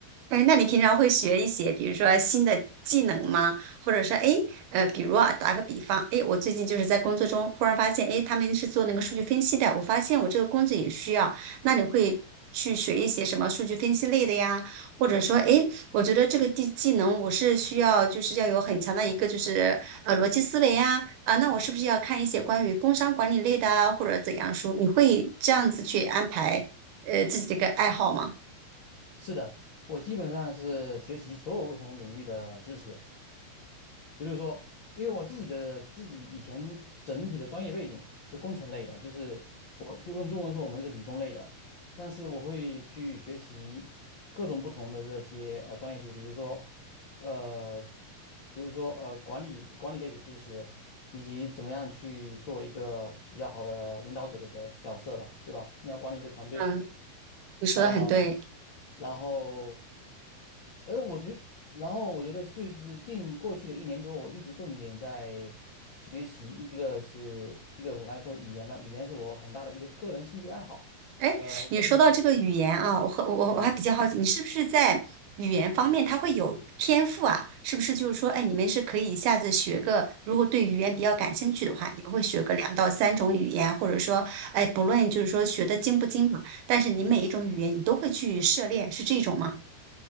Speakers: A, on the right; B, on the left.
A: 哎，那你平常会学一些，比如说新的技能吗？或者说，哎，呃，比如啊，打个比方，哎，我最近就是在工作中忽然发现，哎，他们是做那个数据分析的，我发现我这个工作也需要，那你会去学一些什么数据分析类的呀？或者说，哎，我觉得这个技技能我是需要，就是要有很强的一个就是呃逻辑思维啊，啊，那我是不是要看一些关于工商管理类的啊，或者怎样书？你会这样子去安排呃自己的一个爱好吗？
B: 是的，我基本上是学习所有不同领域的知识。比如说，因为我自己的自己以前整体的专业背景是工程类的，就是我就用中文说我们是理工类的，但是我会去学习各种不同的这些呃专业知识，比如说呃，比如说呃管理管理类的知识，以及怎么样去做一个比较好的领导者的角角色吧，对吧？你要管理一个团队。
A: 嗯，你说的很对。
B: 呃。然后，呃，我觉得，然后我觉得就是近过去的一年多，我一直重点在学习，一个是一个我刚才说语言嘛，语言是我很大的一个个人兴趣爱好。
A: 哎，
B: 呃，过去的人，
A: 你说到这个语言啊，我和我我还比较好奇，
B: 呃，
A: 你是不是在语言方面他会有天赋啊？
B: 嗯，
A: 是不是就是说，哎，你们是可以一下子学个，如果对语言比较感兴趣的话，你们会学个两到三种语言，或者说，哎，不论就是说学的精不精嘛，但是你每一种语言你都会去涉猎，是这种吗？